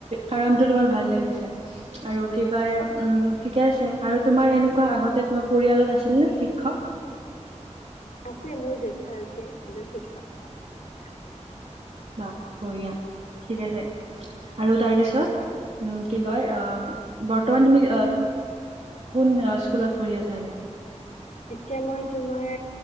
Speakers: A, on the right (about 60°); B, on the left (about 85°).
A: কাৰণতটো তোমাৰ ভাল লাগিল চাই আৰু কি কয়, উম। ঠিকে আছে আৰু তোমাৰ এনেকুৱা আগতে তোমাৰ পৰিয়ালত আছিল নে শিক্ষক?
B: আছে মোৰ জেঠা আছে এজন শিক্ষক।
A: বা বঢ়িয়া। ঠিক আছে আৰু তাৰ পিছত উম কি কয় আহ বৰ্তমান তুমি কোন স্কুলত পঢ়ি আছা? জানে
B: এতিয়া মই তোমাৰ